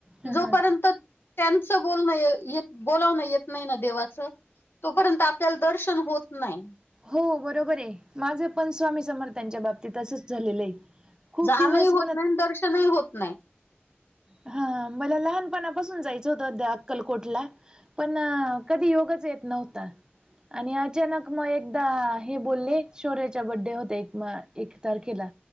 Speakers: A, on the right; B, on the left.
A: ह
B: जोपर्यंत
A: हां
B: त्यांचं बोलणं बोलावण येत नाही ना देवाचं तोपर्यंत आपल्याला दर्शन होत नाय.
A: हो बरोबरये माझं पण स्वामी समर्थांच्या बाबतीत असंच झालेलं आहे. खूप
B: जाणं
A: दिवस
B: ही होत
A: म्हणत
B: नाय आणि दर्शनही होत नाय.
A: हा हा मला लहानपणापासून जायचं होतं त्या अक्कलकोटला. पण कधी योगच येत नव्हता. आणि अचानक मग एकदा हे बोलले शौर्याच्या बड्डे होते एक एक तारखेला.